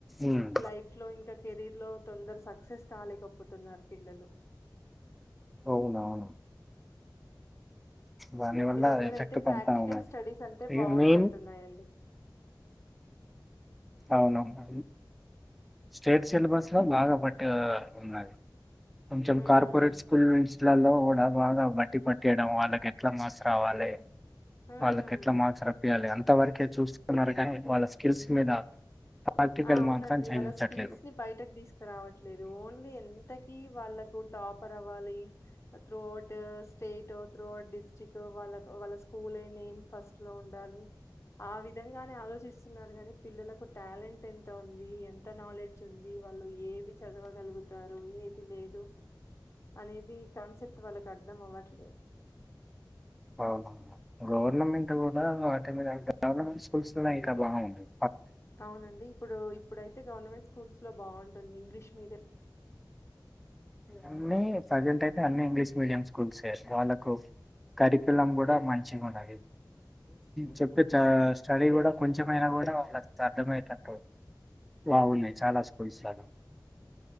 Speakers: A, in the centre; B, on the left.
A: ఉమ్,
B: లైఫ్ లో ఇంకా కెరీర్ లో తొందర సక్సెస్ కాలేకపోతున్నారు పిల్లలు
A: అవునవును దాని వల్ల
B: మీ దగ్గర
A: ఎఫెక్ట్
B: అయితే
A: పడతా
B: ప్రాక్టికల్
A: ఉన్నది
B: స్టడీస్ అంటే
A: ఇగ
B: బాగున్నట్టున్నాయండి
A: మెయిన్ అవునవును స్టేట్ సిలబస్ లో బాగా బట్టి ఉన్నది కొంచెం
B: ఉమ్
A: కార్పొరేట్ స్కూల్స్లలో కూడా బాగా బట్టి పట్టేయడం వాళ్ళకి ఎట్లా మార్క్స్ రావాలి
B: ఉమ్
A: వాళ్ళకి ఎట్లా మార్క్స్ రప్పియాలి అంతవరకే చూస్తున్నారు కానీ వాళ్ళ స్కిల్స్ మీద ప్రాక్టికల్
B: ఆ అవునండి
A: మాత్రం చేయించట్లేదు
B: వాళ్ళ స్కిల్స్ బయటకు తీసుకురావట్లేదు ఓన్లీ ఎంత వాళ్ళకు టాపర్ అవ్వాలి త్రూ అవుట్ స్టేటో త్రూ అవుట్ డిస్ట్రిక్ట్ వాళ్ళ వాళ్ళ స్కూలే నేమ్ ఫస్ట్ లో ఉండాలి ఆ విధంగానే ఆలోచిస్తున్నారు కానీ పిల్లలకు టాలెంట్ ఎంత ఉంది ఎంత నాలెడ్జ్ డ్జ్ వాళ్ళు ఏది చదవగలుగుతారు ఏది లేదు అనేది కాన్సెప్ట్ వాళ్ళకు అర్థం అవ్వట్లే
A: అవునవును గవర్నమెంట్ కూడా ఆటో గవర్నమెంట్ స్కూల్స్ లో ఇంకా బాగా ఉన్నాయి.
B: అవునండి ఇప్పుడు ఇప్పుడైతే గవర్నమెంట్ స్కూల్స్ లో బాగుం ఇంగ్లీష్ మీడియం
A: అన్ని ప్రజెంట్ అయితే అన్ని ఇంగ్లీష్ మీడియం స్కూల్స్ వాళ్ళకు కరికులం కూడా మంచిగా ఉన్నది చెప్తే స్టడీ కూడా కొంచెమైనా కూడా వాళ్ళ అర్థమయ్యేటట్టు బాగున్నాయి చాలా స్కూల్స్ లల్లో